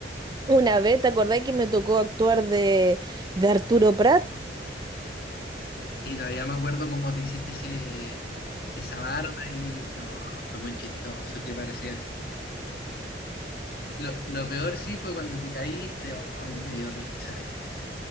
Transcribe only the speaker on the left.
Sí, todavía me acuerdo cómo te hiciste ese, esa barba y di- no, fue muy chistoso que parecías. Lo, lo peor sí fue cuando te caíste, ay, me dio risa eso.